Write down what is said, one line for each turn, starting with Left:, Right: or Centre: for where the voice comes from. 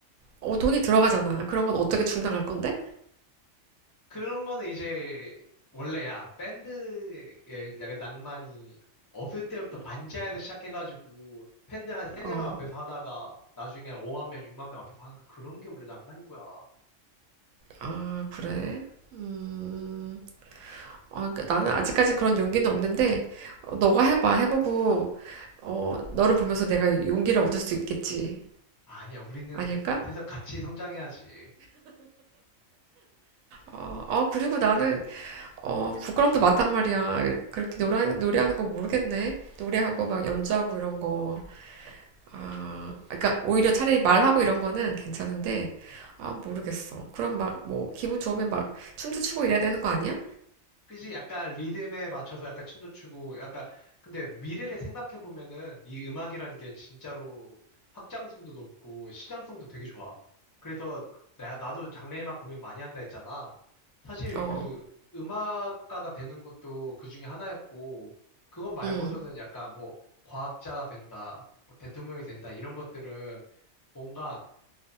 Right: 어, 돈이 들어가잖아. 그런 건 어떻게 충당할 건데?
Left: 그런 거는 이제 원래 야 밴드에 약간 낭만이 없을 때부터 반지하에서 시작해가지고 팬들 한 세네
Right: 어,
Left: 명 앞에서 하다가 나중에 5만 명, 6만 명 앞에서 하는 거 그런 게 원래 낭만인 거야.
Right: 아, 그래? 음. 아, 그러니까 나는 아직까진 그런 용기는 없는데, 어, 너가 해봐. 해보고, 어, 너를 보면서 내가 용기를 얻을 수 있겠지.
Left: 아니야, 우리는
Right: 아닐까?
Left: 밑에서 같이 성장해야지.
Right: 어, 아, 그리고 나는, 어, 부끄럼도 많단 말이야. 그렇게 노래, 노래하는 거 모르겠네. 노래하고 막 연주하고 이런 거. 아, 그러니까 오히려 차라리 말하고 이런 거는 괜찮은데, 아, 모르겠어. 그럼 막, 뭐, 기분 좋으면 막 춤도 추고 이래야 되는 거 아니야?
Left: 그지? 약간 리듬에 맞춰서 약간 춤도 추고, 약간, 근데 미래를 생각해보면은 이 음악이라는 게 진짜로 확장성도 높고 시장성도 되게 좋아. 그래서 나, 나도 장래에만 고민 많이 한다 했잖아. 사실
Right: 어,
Left: 그 음악가가 되는 것도 그 중에 하나였고, 그건 말고서는
Right: 음,
Left: 약간 뭐 과학자가 된다, 뭐 대통령이 된다, 이런 것들은 뭔가